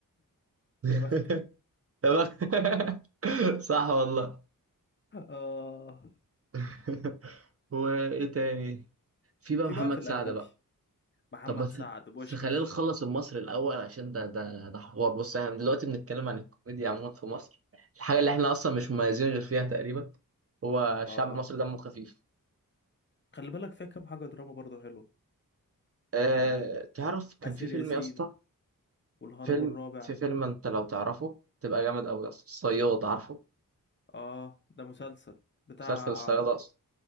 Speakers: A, on the right; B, on the left.
A: <laughs>
B: يا بخت
A: تمام. <laughs> صح والله
B: اه
A: <laughs> وايه تاني في بقى
B: في
A: محمد
B: بقى في الاجنبي
A: سعد بقى
B: محمد
A: طب ما
B: سعد بوشكاش
A: ت- خلينا نخلص المصري الاول عشان ده ده ده حوار بص احنا دلوقتي بنتكلم عن الكوميديا عموما في مصر الحاجه اللي احنا اصلا مش مميزين غير فيها تقريبا هو الشعب
B: اه
A: المصري دمه خفيف
B: خلي بالك فيها كام حاجه دراما برضه حلو
A: أه
B: يعني
A: تعرف كان
B: اسر
A: في فيلم
B: ياسين
A: يا اسطى
B: والهرم
A: فيلم
B: الرابع
A: في فيلم انت لو تعرفه تبقى جامد قوي
B: و...
A: يا اسطى الصياد عارفه
B: اه ده مسلسل بتاع
A: مسلسل الصياد اصلا